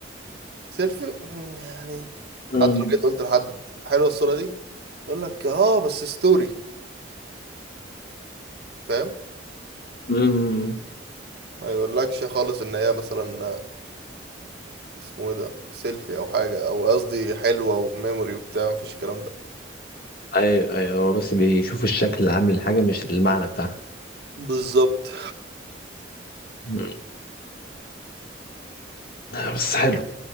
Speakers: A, on the right; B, on the left.
A: سيلفي مم، يعني
B: امم
A: حتى لو جيت قلت لحد حلوة الصورة دي يقول لك اه بس ستوري فاهم
B: امم
A: ما يقولكش خالص ان هي مثلا اسمه ايه ده سيلفي او حاجه او قصدي حلوه وميموري وبتاع مفيش الكلام ده
B: ايوه ايوه هو بس بيشوف الشكل العام للحاجة مش المعنى بتاعها
A: بالظبط
B: مم. بس حلو